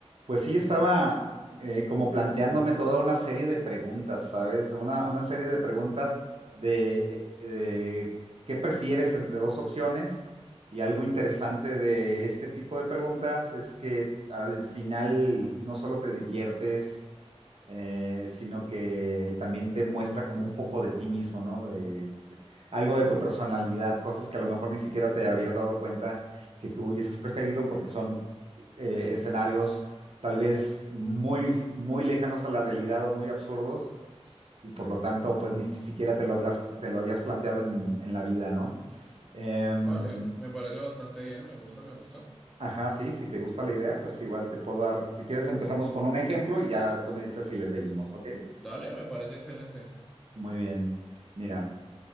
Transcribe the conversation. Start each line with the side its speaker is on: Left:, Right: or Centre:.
Right: Pues sí, estaba eh, como planteándome toda una serie de preguntas, ¿sabes? Una, una serie de preguntas de eh, eh, qué prefieres entre dos opciones. Y algo interesante de este tipo de preguntas es que al final no solo te diviertes, eh, sino que también te muestra como un poco de ti mismo, ¿no? De algo de tu personalidad, cosas que a lo mejor ni siquiera te habías dado cuenta que tú hubieses preferido porque son eh, escenarios tal vez muy, muy lejanos a la realidad o muy absurdos, y por lo tanto, pues ni siquiera te lo, hablas, te lo habías planteado en, en la vida, ¿no? Em,
Centre: Vale, me parece bastante bien, me gusta, me gusta.
Right: ajá, sí, si te gusta la idea, pues igual te puedo dar, si quieres empezamos con un ejemplo y ya tú me dices si le seguimos, ¿ok?
Centre: Dale, me parece excelente.
Right: Muy bien. Mira,